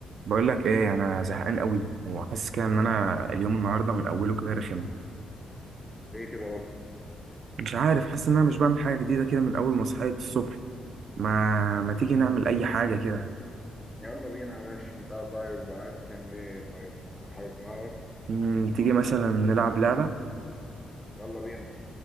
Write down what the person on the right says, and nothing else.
بقول لك ايه انا زهقان قوي وحاسس كده ان انا اليوم النهارده من اوله كده رخم
مش عارف حاسس ان انا مش بعمل حاجه جديده كده من اول ما صحيت الصبح ما ما تيجي نعمل اي حاجه كده
مم، تيجي مثلا نلعب لعبه